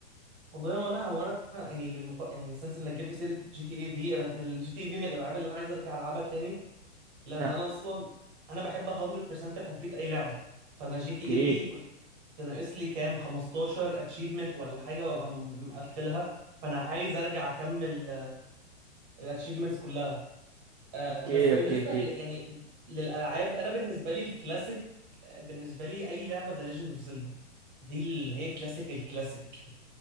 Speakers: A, on the right; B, on the right.
A: والله وانا وانا يعني بالمقا... يعني سنس انك جبت سيره جي تي اي في انا من الجي تي اي في من الالعاب اللي انا عايز ارجع العبها تاني لان
B: آه،
A: انا اصلا انا بحب 100% كومبليت اي لعبه فانا جي تي
B: أوكي
A: اي في كنت ناقص لي كام 15 اتشيفمنت ولا حاجه وابقى م- مقفلها فانا عايز ارجع اكمل الاتشيفمنتس كلها آه
B: أوكي
A: بس بالنسبه
B: أوكي أوكي
A: ل... يعني للالعاب انا بالنسبه لي الكلاسيك آه، بالنسبه لي اي لعبه ذا ليجند اوف زيلدا دي اللي هي كلاسيك الكلاسيك